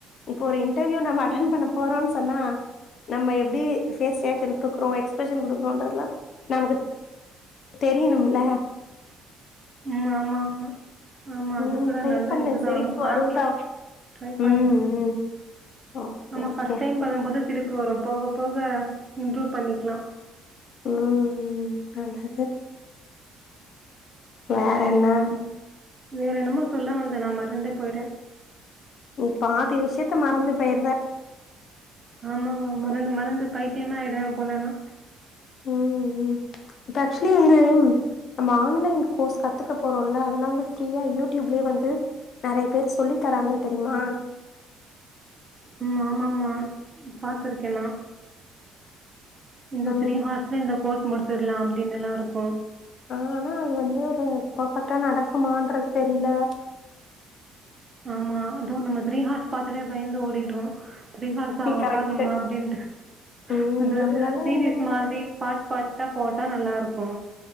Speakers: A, on the left; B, on the right.
A: இப்ப ஒரு இன்டர்வியூ நம்ம அட்டென் பண்ண போறோம் சொன்னா நம்ம எப்டி ஃபேஸ் ரியாக்ஷன் குடுக்கறோ எக்ஸ்பிரஷன் குடுக்கறோன்றது எல்லாம் நமக்கு தெரியணும் இல்ல
B: ம் ஆமா ஆமா ஆமா
A: ம்
B: அது கூட
A: ட்ரை
B: நல்லா
A: பண்ணு
B: இதுதான்ங்க
A: சிரிப்பு
B: பாக்கலா
A: வரும் தான்
B: ட்ரை பண்றன்
A: ம் ம் ஓகே
B: நம்ம
A: ஓகே
B: ஃபஸ்ட் டைம் பண்ணம் போது சிரிப்பு வரும் போக போக இம்ப்ரூவ் பண்ணிக்கலா
A: ம் ம் நல்லது வேற என்ன
B: ம் வேற என்னமோ சொல்ல வந்தே நா மறந்தே போயிரே
A: நீ பாதி விஷயத்த மறந்து பெய்ட்ற
B: ஆம மறந்து மறந்து பைத்தியமா ஆயிடுவே போல நா
A: ம் ம் இப்ப அக்சுலி வந்து நம்ம ஆன்லைன் கோர்ஸ் கத்துக்க போறோல அதெல்லா வந்து ஃப்ரீயா யூடிப்லியே வந்து நறைய பேரு சொல்லி தராங்க தெரியுமா
B: ம் ஆமா ஆமா பாத்துருக்கே நா இந்த
A: ம்
B: த்ரீ ஹார்ஸ்தா இந்த கோர்ஸ் முடிச்சிட்லா அப்டின்னுல்லா இருக்கு
A: அ ஆனா அது வந்து ஒரு பெர்பெக்ட்டா நடக்குமான்றது தெரில
B: ஆமா அதுவு நம்ம தீரிஹார்ஸ் பாத்ததே பயந்து ஓடிட்றோ த்ரீஹார்ஸ்ஸா
A: கரெக்ட்டு.
B: உக்கார்ணுமா அப்டின்ட்டு
A: ம்
B: அந்து
A: நம்மளால
B: சீரீஸ்
A: என்ன ஒரு
B: மாதிரி பாட் பாட் கட்டா போட்டா நல்லாருக்கு